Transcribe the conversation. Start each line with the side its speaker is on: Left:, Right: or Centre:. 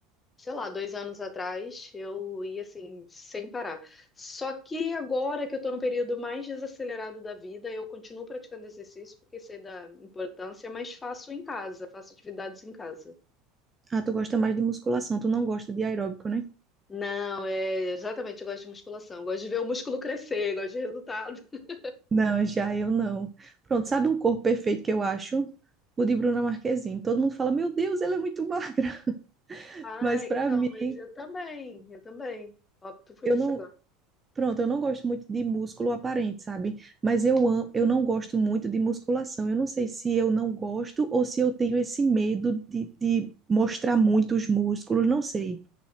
Left: sei lá, dois anos atrás, eu ia assim, sem parar. Só que agora que eu tô no período mais desacelerado da vida, eu continuo praticando exercício porque sei da importância, mas faço em casa, faço atividades em casa.
Right: Ah, tu gosta mais de musculação, tu não gosta de aeróbico, né?
Left: Não, é exatamente, eu gosto de musculação, eu gosto de ver o músculo crescer, eu gosto de resultado. <laughs>
Right: Não, já eu não. Pronto, sabe um corpo perfeito que eu acho? O de Bruna Marquezine. Todo mundo fala, meu Deus, ela é muito magra. <laughs>
Left: Ah,
Right: Mas pra
Left: então,
Right: mim,
Left: mas eu também, eu também. Opto por
Right: eu
Left: isso
Right: não.
Left: agora.
Right: Pronto, eu não gosto muito de músculo aparente, sabe? Mas eu amo, eu não gosto muito de musculação. Eu não sei se eu não gosto ou se eu tenho esse medo de, de mostrar muito os músculos, não sei.